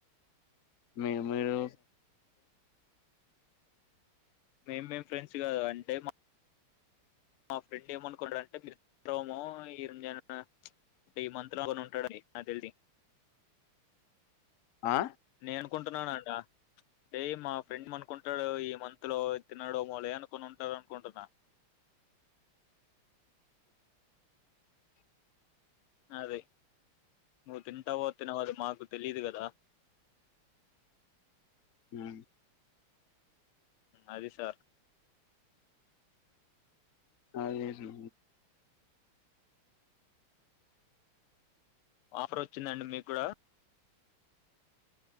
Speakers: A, on the left; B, on the left.
A: మీ మీరు
B: మేం మేం ఫ్రెండ్స్ కాదు అంటే మా మా ఫ్రెండ్ ఏమనుకున్నాడుంటే మీరుమో <unintelligible> నాకు తెలిసి
A: ఆ
B: నేను అనుకుంటున్నాన అని అంటా రే మా ఫ్రెండ్ అనుకుంటాడు ఈ మంత్ లో తినడో ఏమోలే అనుకునింటారు అనుకుంటున్నా అదే నువ్వు తింటావ తినవదు మాకు తెలిదు కదా
A: హు
B: అది సార్
A: అదే చూ
B: ఆఫర్ వచ్చిందండి మీకు కూడా